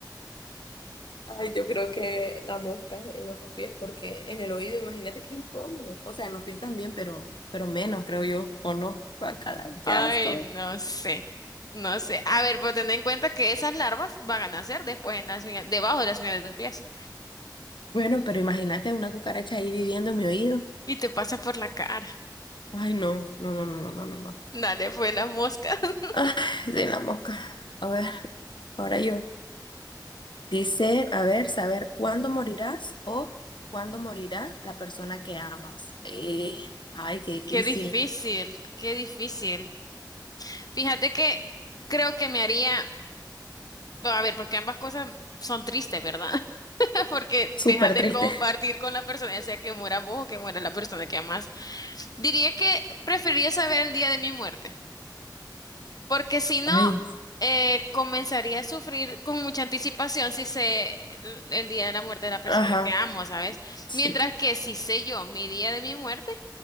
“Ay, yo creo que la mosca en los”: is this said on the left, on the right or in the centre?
Left